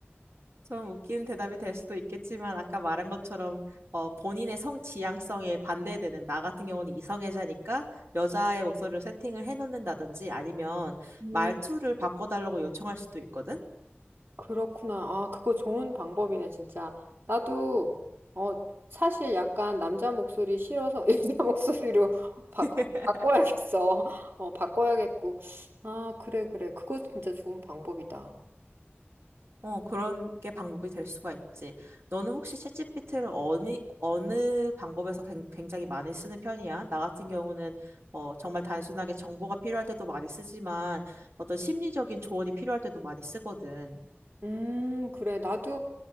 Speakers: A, on the right; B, on the right.
A: 좀 웃기는 대답이 될 수도 있겠지만 아까 말한 것처럼 어, 본인의 성 지향성에 반대되는 나 같은 경우는 이성애자니까 여자의 목소리로 세팅을 해놓는다든지 아니면
B: 음.
A: 말투를 바꿔달라고 요청할 수도 있거든.
B: 그렇구나. 아, 그거 좋은 방법이네, 진짜. 나도, 어, 사실 약간 남자 목소리 싫어서 <laughs> 여자 목소리로 바,
A: <laughs>
B: 바꿔야겠어. <laughs> 어, 바꿔야겠고. 아, 그래, 그래. 그거 진짜 좋은 방법이다.
A: 어, 그런 게 방법이 될 수가 있지. 너는 혹시 챗GPT를 어느, 어느 방법에서 굉- 굉장히 많이 쓰는 편이야? 나 같은 경우는 어, 정말 단순하게 정보가 필요할 때도 많이 쓰지만 어떤 심리적인 조언이 필요할 때도 많이 쓰거든.
B: 음, 그래. 나도